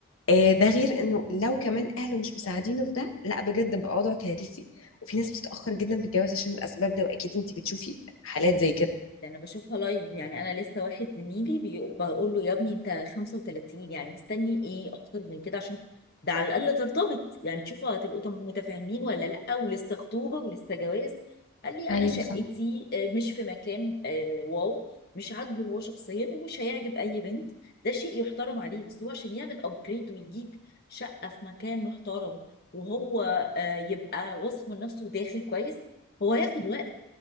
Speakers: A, on the left; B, on the left.
A: آه، ده غير إنه لو كمان أهله مش مساعدينه في ده لا بجد بقى وضع كارثي وفي ناس بتتأخر جدا في الجواز عشان الأسباب ده وأكيد أنت بتشوفي حالات زي كده
B: ده انا بشوفها لايف يعني انا لسه واحد زميلي بيق- بقول له يا ابني انت 35 يعني مستني ايه اكتر من كده عشان ده على الاقل ترتبط يعني تشوفوا هتبقوا تم- متفاهمين ولا لا ولسه خطوبه ولسه جواز قال لي انا
A: ايوه
B: شقتي آه، مش في مكان آه، واو مش عاجبه هو شخصيا ومش هيعجب اي بنت ده شيء يحترم عليه بس هو عشان يعمل ابجريد ويجيب شقه في مكان محترم وهو آه، يبقى واثق من نفسه وداخل كويس هو هياخد وقت